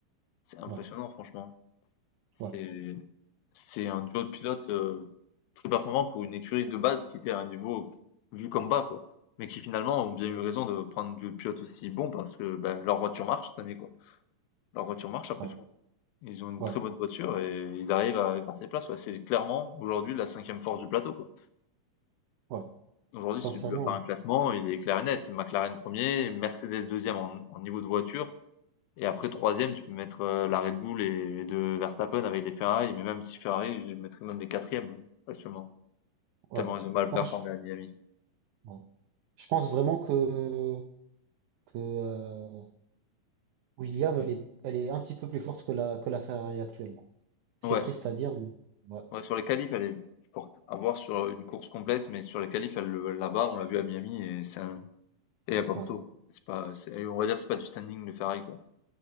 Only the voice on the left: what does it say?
c'est impressionnant,
franchement. C'est,
c'est un duo de pilotes. euh, très performant pour une écurie de base qui était à un niveau vu comme bas, quoi. Mais qui finalement ont bien eu raison de prendre deux pilotes aussi bons parce que ben, leur voiture marche cette année, quoi. Leur voiture marche après
tout. Ils ont une
très bonne voiture et ils arrivent à gratter des places, quoi. C'est clairement aujourd'hui la cinquième force du plateau, quoi.
Aujourd'hui,
si tu dois faire un classement, il est clair et net. C'est McLaren premier, Mercedes deuxième en, en niveau de voiture, et après, troisième, tu peux mettre euh, la Red Bull et, et de Verstappen avec les Ferrari, mais même si Ferrari, je mettrais même les quatrièmes, actuellement.
Tellement ils ont mal performé
à Miami.
Ouais,
Ouais, sur les qualifs, elle est forte. À voir sur une course complète, mais sur les qualifs, elle le- la barre, on l'a vu à Miami, et c'est un- et y a pas
photo. C'est pas, c'est- on va dire que c'est pas du standing de Ferrari, quoi.